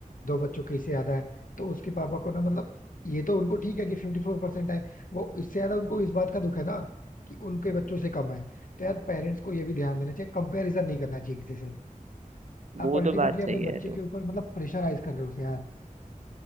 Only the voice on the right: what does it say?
वो
तो बात सही
है
तो